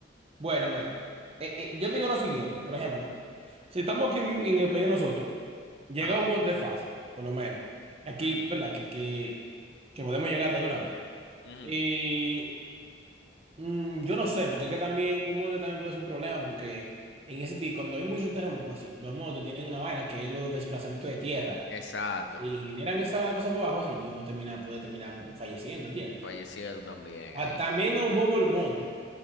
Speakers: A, on the right; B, on the left.
A: Bueno, mira. eh, eh, yo digo lo siguiente, por ejemplo, si estamos aquí en, en el país de nosotros, llega
B: Ajá.
A: a un monte fácil, por lo menos. Aquí,
B: Ujú,
A: ¿verdad? Que, que, que podemos llegar de una vez.
B: ujú.
A: Y. Mm, yo no sé, porque es que también un mote también puede ser un problema, porque en ese tipo, cuando hay muchos terremotos así, los motes tienen una vaina que es los desplazamientos de tierra
B: Exacto.
A: y generan esa cosa por abajo así y uno termina, puede terminar falleciendo, ¿entiendes?
B: Fallecieron también
A: Ah,
B: ahí.
A: también es un bobo el monte.